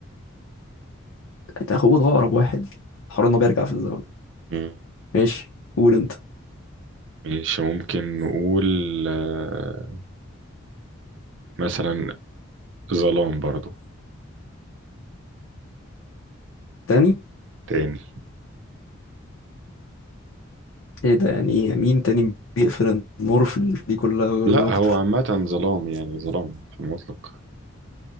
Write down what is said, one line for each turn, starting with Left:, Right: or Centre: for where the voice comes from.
Left: انت اخوه ده اقرب واحد حوار انه بيرجع في الزمن
Right: مم.
Left: ماشي قول انت
Right: ماشي ممكن نقول آه، مثلا ظلام برضو
Left: تاني
Right: تاني
Left: ايه ده يعني ايه يعني مين تاني بيقفل النور في ال- دي كلها غير
Right: لا
Left: نوكتر
Right: هو عامة ظلام يعني ظلام في المطلق